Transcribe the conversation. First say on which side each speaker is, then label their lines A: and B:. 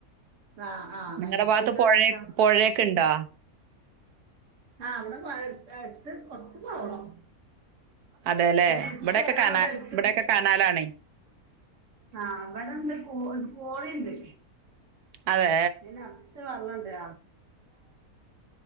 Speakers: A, on the right; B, on the right.
A: ആ ആ ആ
B: നിങ്ങളടെ
A: അല്ലെങ്കിൽ
B: ഭാഗത്ത്
A: പിന്നെ
B: പുഴയ
A: നടക്കാം
B: പൊഴേക്ക ഇണ്ടാ?
A: ആ അവിടെ <unintelligible> കൊറച്ച് പോണം.
B: അതെ അല്ലേ
A: പിന്നെ എടുത്ത്
B: ഇവിടെയൊക്കെ
A: ആ
B: കനാ
A: അവിടെ എടുത്ത്
B: ഇവിടെയൊക്കെ കനാലാണേ
A: ആഹ <unintelligible> കോ കോഴിണ്ട്.
B: അതെ
A: നടത്ത് വെള്ളണ്ട